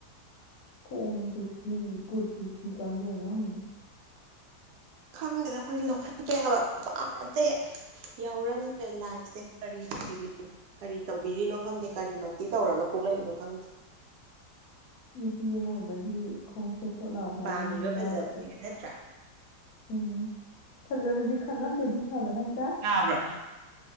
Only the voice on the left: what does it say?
ꯈꯣꯡ ꯈꯨꯠꯇꯤ ꯀꯨꯠ ꯄꯨꯄꯨꯈꯤꯗ ꯍꯥꯝꯗꯣꯛ ꯏꯔꯥ ꯈꯪꯗꯦ
ꯅꯨꯄꯤ ꯑꯃ ꯑꯣꯏꯕꯒꯤ ꯈꯣꯡ ꯈꯣꯠ ꯈꯣꯠ ꯂꯥꯎꯕ
ꯍꯥꯏꯕ ꯑꯃ ꯌꯥꯎꯗꯔꯦꯕ
ꯎꯝ ꯐꯖꯕꯖꯤ ꯈꯪꯉꯗꯗꯤ ꯐꯕ ꯅꯠꯇ꯭ꯔꯥ